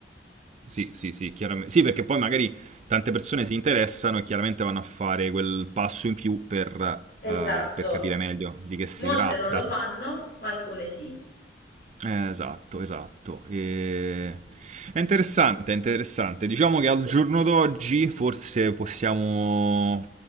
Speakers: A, on the right; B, on the left.
A: sì, sì, sì, chiaramente. Sì, perché poi magari tante persone si interessano e chiaramente vanno a fare quel passo in più per,
B: Esatto.
A: eh, per capire meglio di che si
B: Molte
A: tratta.
B: non lo fanno, ma alcune sì.
A: Eh, esatto, esatto. E- È interessante, è interessante. Diciamo che al giorno d'oggi forse possiamo